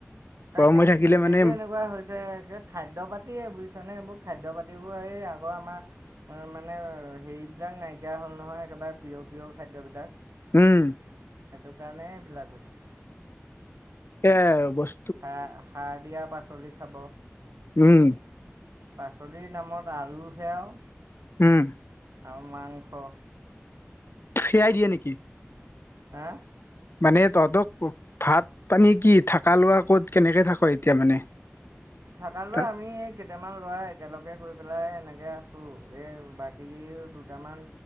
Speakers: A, on the right; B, on the left.
A: তাকে
B: গৰম হৈ থাকিলে
A: কেলে
B: মানে
A: যে এনেকুৱা হৈছে খাদ্য পাতিয়ে বুজিছ নে এইবোৰ খাদ্য পাতি দেব এই আগৰ আমাৰ মানে হেৰিবিলাক নাইকিয়া হ'ল নহয় একেবাৰে পিয় প্ৰিয় খাদ্যবিলাক
B: উম
A: সেইটো কাৰণে এইবলাক হৈছে
B: এয়া আৰু বস
A: হ সাৰ দিয়া পাচলি খাব
B: উম
A: পাচলিৰ নামত আলু সেয়াও
B: উম
A: আৰু মাংস
B: সেয়াই দিয়ে নেকি
A: হা
B: মানে তহঁতক ভাত পানী কি থাকা লোৱা ক'ত কেনেকে থাক এতিয়া মানে
A: থাকালৈ
B: তাত
A: আমি কেইটামান লৰা একেলগে গৈ পেলাই এনেকে আছো অ এই বাকী দুটামান